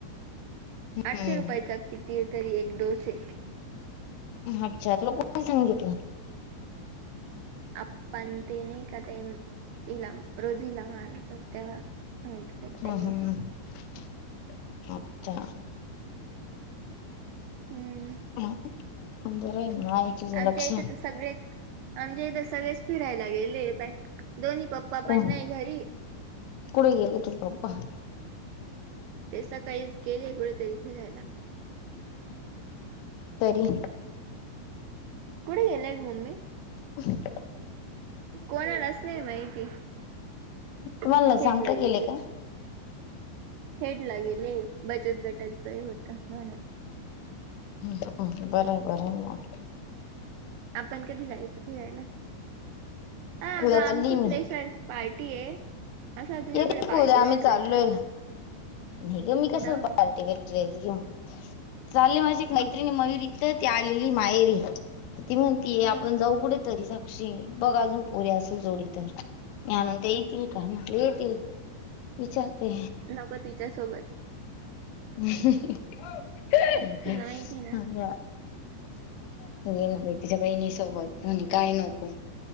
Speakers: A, on the right (about 80°); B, on the left (about 80°).
A: आठशे
B: हम्म
A: रुपयाचा किती तरी एक डोस हे.
B: अच्छा तुला कोण सांगितलं?
A: आपण ते नाही का ते म तिलाम रोजी लहान तेव्हा सांगितलं
B: हम्म
A: त्यांनी
B: हम्म अच्छा.
A: हम्म
B: हा पण बरं आहे म आहे तुझं
A: आमच्या
B: लक्ष.
A: इथे तर सगळेच आमच्या इथ सगळेच फिरायला गेले ऐ पाय दोन्ही पप्पा
B: कोण
A: पण नाय घरी
B: कुठे गेले तुझे पप्पा?
A: ते सकाळीच गेले कुठेतरी फिरायला.
B: तरी
A: कुठे गेले आहे गं मम्मी?
B: असं
A: कोणालाच नाही माहिती खेडला
B: तुम्हाला ना सांगता
A: गेले.
B: का
A: हेड ला गेले बचत गटाचा ही होता ना.
B: हम्म हम्म बरोबर आहे मग.
A: आपण कधी जायचं फिरायला आ
B: उद्या
A: गं आमची
B: चालली मी
A: फ्रेशच पार्टी आहे असा तुझ्याकडे
B: येते
A: पार्टी
B: का उद्या आम्ही
A: वेयर ड्रेस
B: चाललोय
A: आहे का?
B: नाही गं मी
A: कुठं
B: कसं पार्टी विअर ड्रेस घेऊन. चाले माझी एक मैत्रिणी मयुरी तर ती आलेली माहेरी तर ती म्हणतीय
A: हा
B: आपण जाऊ कुठे तरी सा क्षीन बघ अजून पोरी असेल जोडी तर मी आणून ते येतील का म्हटले येतील. विचारते
A: नको तिच्यासोबत.
B: हा गं.
A: तुला माहिती ना
B: तो येईन बाई तिच्या बहिणी सोबत म्हणी काय नको